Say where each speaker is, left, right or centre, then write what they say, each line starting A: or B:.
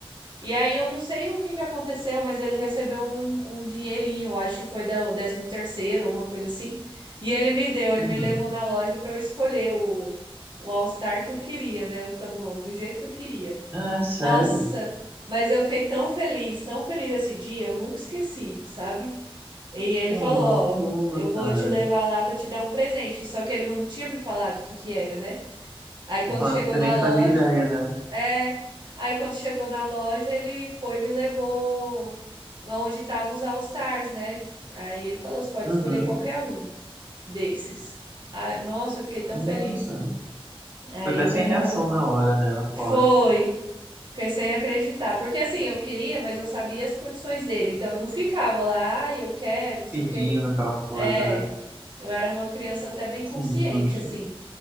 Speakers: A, on the right; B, on the right.
A: E aí eu não sei o que que aconteceu, mas ele recebeu um, um dinheirinho, acho que foi da- o 13 terceiro, alguma coisa assim. E ele me deu, ele
B: uhum.
A: me levou na loja para eu escolher o, o All-Star que eu queria, né? O cano longo, do jeito que eu queria.
B: Ai, sério?
A: Nossa, mas eu fiquei tão feliz, tão feliz esse dia, eu nunca esqueci, sabe? E ele falou,
B: Ah, caramba,
A: ó, eu vou
B: cara.
A: te levar lá para te dar um presente. Só que ele não tinha me falado o que que era, né? Aí quando
B: Então,
A: chegou
B: você
A: na
B: nem
A: loja,
B: fazia ideia, né?
A: é. Aí quando chegou na loja, ele foi e me levou lá onde estavam os All Stars, né? Aí ele falou: você pode
B: Uhum.
A: escolher qualquer um desses. Ah, nossa, eu fiquei tão
B: Nossa.
A: feliz. Aí
B: Ficou até
A: ganhou
B: sem reação
A: meu.
B: na hora, né? Aposto.
A: Foi! Fiquei sem acreditar. Porque assim, eu queria, mas eu sabia as condições dele. Então eu não ficava lá, ai, eu quero, não sei
B: Pedindo
A: o quê.
B: aquela coisa,
A: É.
B: né?
A: Eu era uma criança até bem
B: Sim,
A: consciente,
B: justo.
A: assim.